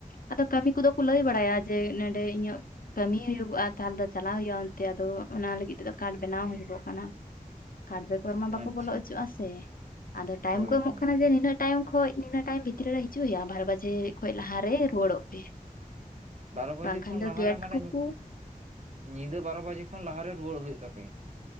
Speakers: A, on the left; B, on the right.
A: ᱟᱫᱚ ᱠᱟᱹᱢᱤ ᱠᱚᱫᱚ ᱠᱚ ᱞᱟᱹᱭ ᱵᱟᱲᱟᱭᱟ ᱡᱮ ᱱᱚᱸᱰᱮ ᱤᱧᱟᱹᱜ ᱠᱟᱹᱢᱤ ᱦᱩᱭᱩᱜ-ᱟ᱾ ᱛᱟᱦᱚᱞᱮ ᱫᱚ ᱪᱟᱞᱟᱜ ᱦᱩᱭᱩᱜ-ᱟ ᱚᱱᱛᱮ ᱟᱫᱚ ᱚᱱᱟ ᱞᱟᱹᱜᱤᱫ ᱛᱮᱫᱚ ᱠᱟᱨᱰ ᱵᱮᱱᱟᱣ ᱦᱩᱭᱩᱜᱚᱜ ᱠᱟᱱᱟ ᱠᱟᱨᱰ ᱫᱚ ᱦᱚᱨ ᱢᱟ ᱵᱟᱠᱚ
B: ᱟᱪᱪᱷᱟ
A: ᱵᱚᱞᱚ ᱚᱪᱚᱜ-ᱟ ᱥᱮ, ᱟᱫᱚ ᱴᱟᱭᱤᱢ
B: ᱦᱳᱭ
A: ᱠᱚ ᱮᱢᱚᱜ
B: ᱦᱳᱭ
A: ᱠᱟᱱᱟ ᱡᱮ ᱱᱤᱱᱟᱹᱜ ᱴᱟᱭᱤᱢ ᱠᱷᱚᱡ ᱱᱤᱱᱟᱹ ᱴᱟᱭᱤᱢ ᱵᱷᱤᱛᱨᱤ ᱨᱮ ᱦᱤᱡᱩᱜ ᱦᱩᱭᱩᱜ-ᱟ ᱵᱟᱨ ᱵᱟᱡᱮ ᱠᱷᱚᱱᱚᱡ ᱞᱟᱦᱟᱮ ᱨᱩᱩᱭᱟᱹᱲᱚᱜ ᱯᱮ᱾
B: ᱵᱟᱨᱚ ᱵᱟᱡᱮ
A: ᱵᱟᱝᱠᱷᱟᱱ
B: ᱠᱷᱚᱱ
A: ᱫᱚ
B: ᱞᱟᱦᱟᱨᱮ
A: ᱜᱮᱴ
B: ᱢᱟᱱᱮ
A: ᱠᱚᱠᱚ
B: ᱧᱤᱫᱟᱹ ᱵᱟᱨᱚ ᱵᱟᱡᱮ ᱠᱷᱚᱱ ᱞᱟᱦᱟᱨᱮ ᱨᱩᱣᱟᱹᱲ ᱦᱩᱭᱩᱜ ᱛᱟᱯᱮᱭᱟ?